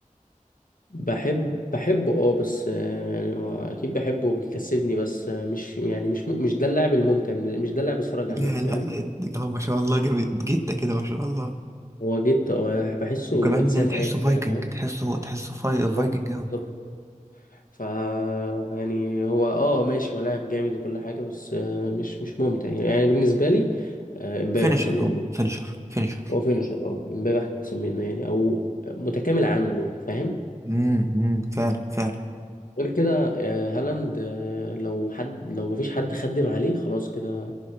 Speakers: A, on the left; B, on the right.
A: بحب بحبه اه بس آه، يعني هو اكيد بحبه وبيكسبني بس آه، مش يعني مش م- مش ده اللاعب الممتع مش ده اللاعب اتفرج
B: لا
A: عليه فاهم
B: لا هو ما شاء الله جامد جته كده ما شاء الله
A: هو جيت اه بحسه
B: وكمان
A: انسان
B: تحسه
A: آلي
B: فايكنج
A: كده فاهم
B: تحسه تحسه فاي
A: بالظبط
B: فايكنج قوي
A: بالظبط ف يعني هو اه ماشي هو لاعب جامد وكل حاجه بس آه، مش مش ممتع يعني, يعني بالنسبه لي آه، امبابي
B: فينيشر
A: احسن
B: هو
A: منه
B: فينيشر فينيشر
A: هو فينشر اه امبابي احسن منه يعني او متكامل عنه فاهم
B: امم امم، فعلا فعلا
A: غير كده آه، هالاند آه، لو حد لو مفيش حد خدم عليه خلاص كده